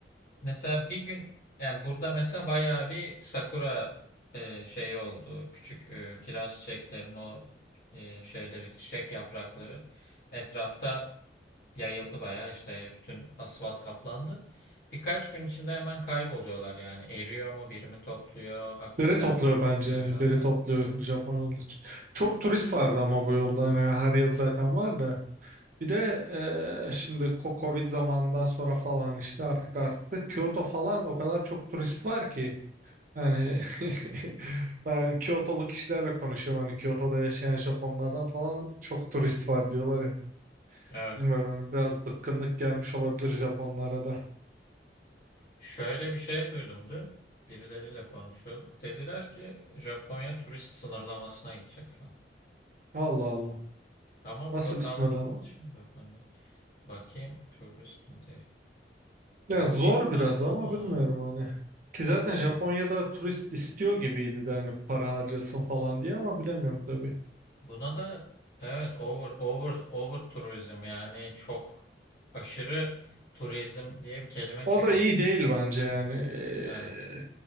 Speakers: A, on the left; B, on the right.
A: mesela bir gün yani burada mesela bayağı bir sakura e, şeyi oldu. Küçük e, kiraz çiçeklerinin o e, şeyleri çiçek yaprakları etrafta yayıldı bayağı işte bütün asfalt kaplandı. Birkaç gün içinde hemen kayboluyorlar yani. Eriyor mu, biri mi topluyor? Hakikaten
B: Biri topluyor bence
A: bitiyor
B: yani
A: herhalde.
B: biri topluyor
A: Olabilir.
B: Japon yolu için. Çok
A: Evet,
B: turist vardı ama bu yolda
A: evet.
B: hani her yıl zaten var da. Bir de eee, şimdi ko- Covid zamanından sonra falan işte artık arttı. Kyoto falan o kadar çok turist var ki. Yani <laughs> ben Kyotolu kişilerle konuşuyorum. Hani Kyoto'da yaşayan Japonlardan falan çok turist var diyorlar hep.
A: Evet.
B: Bilmiyorum hani biraz bıkkınlık gelmiş olabilir Japonlara da.
A: Şöyle bir şey duydum dün. Birileriyle konuşuyorduk. Dediler ki Japonya turist sınırlamasına gidecek falan.
B: Allah Allah.
A: Ama
B: Nasıl
A: bu da tam
B: bir sınırlama?
A: Japonya. Bakayım turist mi
B: Ya
A: Bakayım
B: zor
A: aslında
B: biraz ama
A: o mu?
B: bilmiyorum hani. Ki
A: Over
B: zaten
A: tourism.
B: Japonya'da turist istiyor gibiydi de hani para harcasın falan diye ama bilemiyorum tabii.
A: Buna da evet over over over turizm yani çok aşırı turizm diye bir kelime
B: O
A: çıkmış.
B: da iyi değil bence yani.
A: Evet.
B: Ee,
A: Evet.